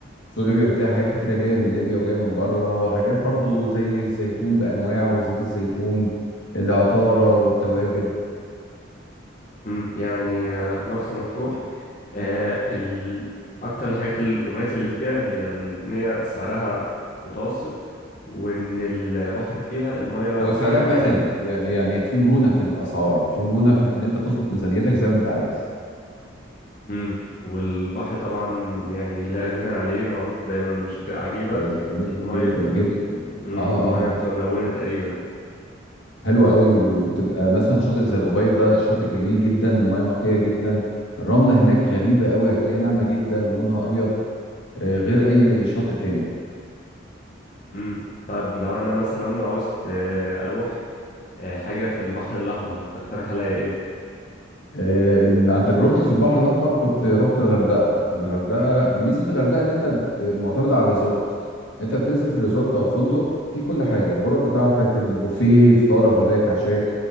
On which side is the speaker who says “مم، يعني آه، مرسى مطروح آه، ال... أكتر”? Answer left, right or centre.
Left